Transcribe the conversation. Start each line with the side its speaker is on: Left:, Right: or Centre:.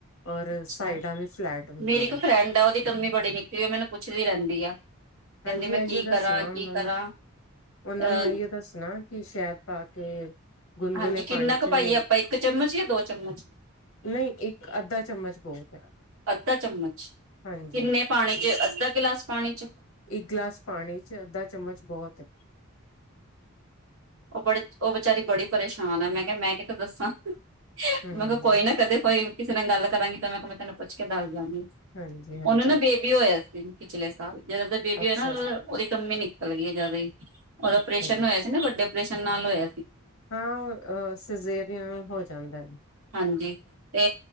Left: ਔਰ
Right: ਅੱਛਾ
Left: ਸਾਈਡਾਂ ਵੀ ਫਲੈਟ ਹੁੰਦੀਆਂ
Right: ਮੇਰੀ ਇੱਕ
Left: ਨੇ
Right: ਫਰੈਂਡ ਆ ਉਹਦੀ ਕਮੀ ਬੜੀ ਨਿਕਲੀ ਉਹ ਮੈਨੂੰ ਪੁੱਛਦੀ ਰਹਿੰਦੀ ਆ ਕਹਿੰਦੀ
Left: ਹਾਂਜੀ
Right: ਮੈਂ
Left: ਇਹੀਓ
Right: ਕੀ
Left: ਦੱਸਣਾ
Right: ਕਰਾਂ
Left: ਉਹਨਾਂ
Right: ਕੀ ਕਰਾਂ
Left: ਨੂੰ ਉਹਨਾਂ
Right: ਅਹ
Left: ਨੂੰ ਇਹੀਓ ਦੱਸਣਾ ਕਿ ਸ਼ ਪਾ ਕੇ ਗੁਨਗੁਨੇ
Right: ਹਾਂਜੀ ਕਿੰਨਾ
Left: ਪਾਣੀ
Right: ਕੁ
Left: ਚ
Right: ਪਾਈਏ ਆਪਾਂ ਇੱਕ ਚਮਚ ਜਾਂ ਦੋ ਚਮਚ
Left: ਨਹੀਂ ਇੱਕ ਅੱਧਾ ਚਮਚ ਬਹੁਤ ਹੈ
Right: ਅੱਧਾ ਚਮਚ
Left: ਹਾਂਜੀ
Right: ਕਿੰਨੇ ਪਾਣੀ ਚ ਅੱਧਾ ਗਿਲਾਸ ਪਾਣੀ ਚ
Left: ਇੱਕ ਗਲਾਸ ਪਾਣੀ ਚ ਅੱਧਾ ਚਮਚ ਹੋਤ
Right: ਉਹ ਬੜੇ ਉਹ ਬੇਚਾਰੀ ਬੜੀ ਪਰੇਸ਼ਾਨ ਆ ਮੈਂ ਕਿਹਾ ਮੈਂ ਕਿਤੇ ਦੱਸਾਂ
Left: ਹਮ
Right: ਮੈਂ ਕਿਹਾ ਕੋਈ ਨਾ ਕਦੇ ਕੋਈ ਕਿਸੇ ਨਾਲ ਗੱਲ ਕਰਾਂਗੇ ਮੈਂ ਕਿਹਾ ਮੈਂ ਤੈਨੂੰ ਪੁੱਛ ਦਵਾਂ
Left: ਹਾਂਜੀ ਹਾਂਜੀ
Right: ਉਹਨੂੰ ਨਾ ਬੇਬੀ ਹੋਇਆ ਸੀ ਪਿਛਲੇ ਸਾਲ ਜਦੋਂਦਾ ਬੇਬੀ
Left: ਅੱਛਾ
Right: ਹੋਇਆ ਨਾ
Left: ਜੀ
Right: ਉਹਦੀ ਕਮੀ ਨਿਕਲ ਗਈ ਜ਼ਿਆਦਾ ਹੀ
Left: ਅੱਛਾ
Right: ੈਸ਼ਨ
Left: ਜੀ
Right: ਨੂੰ ਹੋਇਆ ਸੀ ਨਾ ਵੱਡੇ ਪ੍ਰੈਸ਼ਨ ਨਾਲ ਇ
Left: ਹਾਂ ਅ ਸਜ਼ੇਰੀਅਨ ਹੋ ਜਾਂਦਾ ਹੈ
Right: ਹਾਂਜੀ ਤੇ